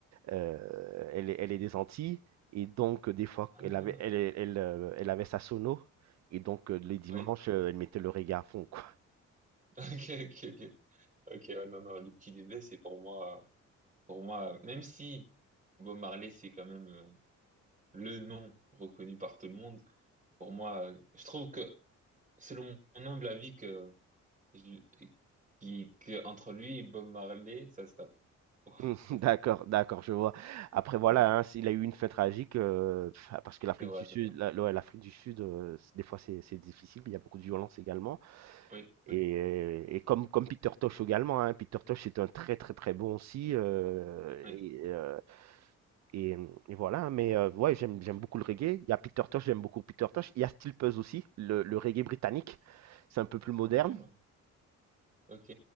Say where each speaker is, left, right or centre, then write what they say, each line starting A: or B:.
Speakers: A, on the right (about 65°); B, on the right (about 25°).
A: Euh, elle, est, elle est des Antilles et donc euh, des fois
B: Ah,
A: elle avait, elle, elle, elle, euh, elle avait sa sono et donc euh, les dimanches
B: oui,
A: euh, elle mettait le reggae à fond quoi.
B: <laughs> ok, ok, ok. Ok, ouais, non, non, Lucky Dubé, c'est pour moi. Pour moi, même si Bob Marley, c'est quand même euh, le nom reconnu par tout le monde, pour moi, euh, je trouve que, selon mon humble avis, que, je, qui- que entre lui et Bob Marley, ça se tape. <laughs>
A: Hum, <laughs>
B: Ça se
A: D'accord,
B: tape.
A: d'accord, je vois. Après voilà,
B: Voilà.
A: hein, il a eu une fin tragique euh, pff, parce que l'Afrique
B: C'est vrai,
A: du Sud,
B: c'est vrai.
A: la- ouais, l'Afrique du Sud, euh, c- des fois c'est c'est difficile, il y a beaucoup de violence également.
B: Oui, oui,
A: Et, et comme, comme Peter Tosh également, hein, Peter Tosh est un très très très bon aussi. euh,
B: oui.
A: et, euh, Et, mmh, et voilà, hein, mais euh, ouais, j'aime, j'aime beaucoup le reggae. Il y a Peter Tosh, j'aime beaucoup Peter Tosh. Il y a Steel Pulse aussi, le, le reggae britannique. C'est un peu plus moderne.
B: Ah, ok.